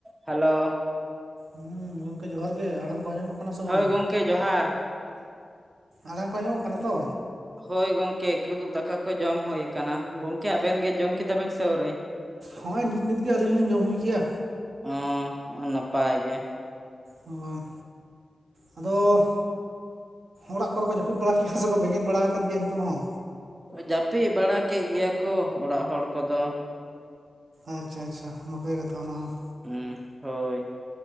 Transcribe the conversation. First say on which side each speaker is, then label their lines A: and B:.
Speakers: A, on the right; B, on the right.
A: Hello.
B: ᱦᱩᱸ ᱜᱚᱢᱠᱮ ᱡᱚᱸᱦᱟᱨ ᱜᱮ, ᱟᱲᱟᱝ ᱠᱚ ᱟᱸᱡᱚᱢᱚᱜ ᱠᱟᱱᱟ ᱥᱮ ᱵᱟᱝᱟ?
A: ᱦᱳᱭ ᱜᱚᱢᱠᱮ ᱡᱚᱦᱟᱨ
B: ᱟᱲᱟᱝ ᱠᱚ ᱟᱸᱡᱚᱢᱚᱜ ᱠᱟᱱᱟ ᱛᱚ?
A: ᱦᱳᱭ ᱜᱚᱝᱠᱮ ᱠᱤᱫᱩᱵ ᱫᱟᱠᱟ ᱠᱚ ᱡᱚᱢ ᱦᱳᱭ ᱠᱟᱱᱟ, ᱜᱚᱢᱠᱮ ᱟᱵᱮᱱ ᱜᱮ ᱡᱚᱢ ᱠᱮᱫᱟ ᱵᱮᱱ ᱥᱮ ᱟᱹᱣᱨᱤ?
B: ᱦᱚᱸᱜᱼᱚᱭ ᱱᱤᱛ ᱱᱤᱛ ᱜᱮ ᱟᱹᱞᱤᱧ ᱦᱚᱸᱞᱤᱧ ᱡᱚᱢ ᱦᱩᱭ ᱠᱮᱜᱼᱟ᱾
A: ᱚᱸᱻ ᱚ ᱱᱟᱯᱟᱭ ᱜᱮ᱾
B: ᱦᱳᱭ ᱟᱫᱚ ᱚᱲᱟᱜ ᱠᱚᱨᱮ ᱠᱚ ᱡᱟᱹᱯᱤᱫ ᱵᱟᱲᱟ ᱠᱮᱜᱼᱟ ᱥᱮᱠᱚ ᱵᱮᱸᱜᱮᱫ ᱵᱟᱲᱟᱣ ᱟᱠᱟᱫ ᱜᱮᱭᱟ ᱱᱤᱛᱚᱜ ᱦᱚᱸ?
A: ᱚ ᱡᱟᱹᱯᱤᱫ ᱵᱟᱲᱟ ᱠᱮᱜ ᱜᱮᱭᱟ ᱠᱚ ᱚᱲᱟᱜ ᱦᱚᱲ ᱠᱚᱫᱚ᱾
B: ᱟᱪ-ᱪᱷᱟ ᱟᱪᱷᱟ ᱱᱟᱯᱟᱭ ᱠᱟᱛᱷᱟ ᱚᱱᱟ ᱦᱚᱸ᱾
A: ᱦᱩᱸ ᱦᱳᱭ᱾